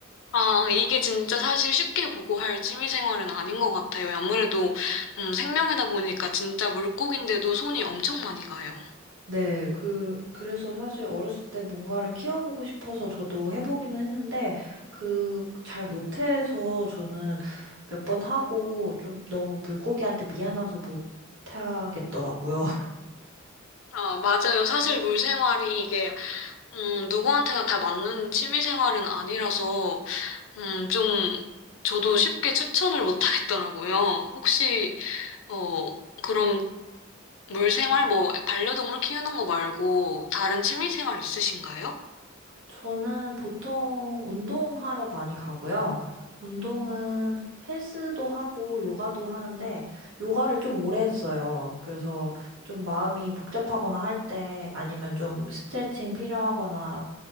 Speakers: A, on the left (about 65°); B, on the right (about 65°).
A: 아, 이게 진짜 사실 쉽게 보고할 취미생활은 아닌 것 같아요. 아무래도 음, 생명이다 보니까 진짜 물고기인데도 손이 엄청 많이 가요.
B: 네, 그, 그래서 사실 어렸을 때 뭔가를 키워보고 싶어서 저도 해보기는 했는데, 그, 잘 못해서 저는 몇 번 하고 좀 너무 물고기한테 미안해서 못하겠더라고요.
A: 아, 맞아요. 사실 물생활이 이게 음, 누구한테나 다 맞는 취미생활은 아니라서 음, 좀 저도 쉽게 추천을 못 하겠더라고요. 혹시 어, 그럼 물생활 뭐 반려동물 키우는 거 말고 다른 취미생활 있으신가요?
B: 저는 보통 운동하러 많이 가고요. 운동은 헬스도 하고 요가도 하는데 요가를 좀 오래 했어요. 그래서 좀 마음이 복잡하거나 할 때 아니면 좀 스트레칭 필요하거나